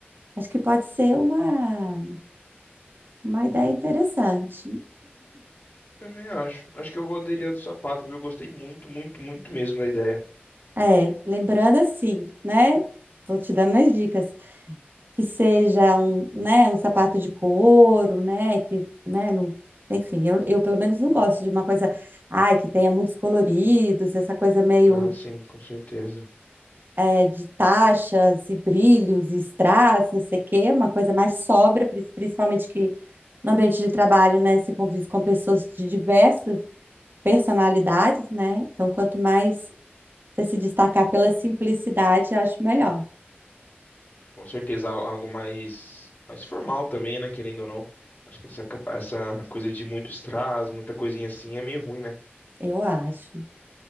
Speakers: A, on the right; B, on the left.
A: acho que pode ser uma, uma ideia interessante.
B: Também acho. Acho que eu vou aderir à do sapato, viu? Eu gostei muito, muito, muito mesmo da ideia.
A: É, lembrando assim, né? Vou te dar mais dicas. que seja um, né, um sapato de couro, né, que, né, não, enfim, eu, eu pelo menos não gosto de uma coisa, ai, que tenha muitos coloridos, essa coisa meio
B: Ah, sim, com certeza.
A: é, de taxas e brilhos e strass, não sei o quê, uma coisa mais sóbria, prin- principalmente que no ambiente de trabalho, né, você convive com pessoas de diversas personalidades, né, então quanto mais você se destacar pela simplicidade, acho melhor,
B: Com certeza, al- algo mais, mais formal também, né? Querendo ou não. Acho que essa, capa- essa coisa de muito strass, muita coisinha assim é meio ruim, né?
A: eu acho.